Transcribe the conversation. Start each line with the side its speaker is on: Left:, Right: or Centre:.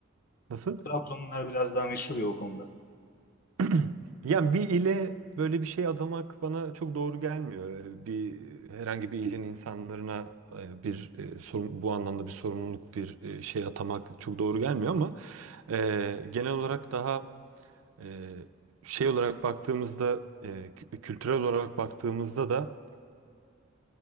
Right: nasıl?
Left: Trabzonlular biraz daha meşhur ya o konuda.
Right: <clears throat> Yani bir ile böyle bir şey adamak bana çok doğru gelmiyor. Ee, Bir herhangi bir ilin insanlarına e, bir e, sorun, bu anlamda bir sorumluluk, bir e, şey atamak çok doğru gelmiyor ama e, genel olarak daha e, şey olarak baktığımızda, e, kü- kültürel olarak baktığımızda da.